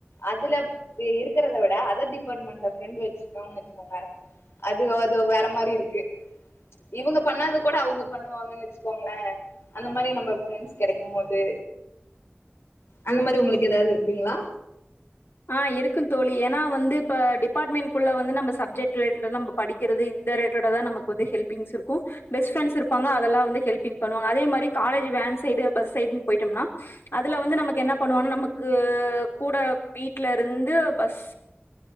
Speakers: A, on the left (about 85°); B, on the left (about 65°).
A: அதுல இருக்கறத விட அதர் டிபார்ட்மெண்ட்ல ஃப்ரெண்ட் வச்சு இருக்கோம்னு வச்சுக்கோங்க அது வேற மாதிரி இருக்கு இவுங்க பண்ணாதது கூட அவுங்க பண்ணுவாங்கன்னு வச்சுக்கோங்களேன் அந்த மாதிரி நம்ம ஃப்ரெண்ட்ஸ் கெடைக்கும் போது அந்த மாரி உங்களுக்கு ஏதாவது இருக்குங்களா
B: ஆஹ இருக்கு தோழி ஏன்னா வந்து இப்ப டிபார்ட்மெண்ட்குள்ள வந்து நம்ம சப்ஜெக்ட் ரிலேட்டடு நம்ம படிக்கிறது இந்த ரிலட்டடாக தான் நமக்கு வந்து ஹெல்பிங்ஸ் இருக்கும் பெஸ்ட் ஃப்ரெண்டஸ் இருப்பாங்க அதெல்லாம் வந்து ஹெல்பிங் பண்ணுவாங்க அதே மாதிரி college van side bus side போய்டோம்னா அதுல வந்து நமக்கு என்ன பண்ணுவாணு நமக்கு கூட வீட்டுல இருந்து பஸ்